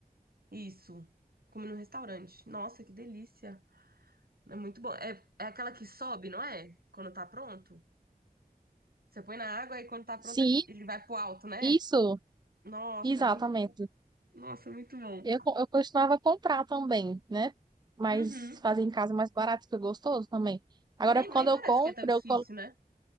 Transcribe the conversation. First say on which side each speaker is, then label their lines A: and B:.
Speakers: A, on the right (about 75°); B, on the right (about 30°).
A: Isso. Comi num restaurante. Nossa, que delícia. É muito bom. É, é aquela que sobe, não é? Quando tá pronto. Você põe na água e quando tá pronto
B: Sim,
A: ele ele vai pro alto, né?
B: isso,
A: Nossa,
B: exatamente.
A: é muito bom. Nossa, é muito bom.
B: Eu, co- eu costumava comprar também, né? Mas
A: Uhum.
B: fazer em casa é mais barato, fica gostoso também. Agora,
A: E nem,
B: quando
A: nem
B: eu
A: parece
B: compro,
A: que é tão difícil,
B: eu colo...
A: né?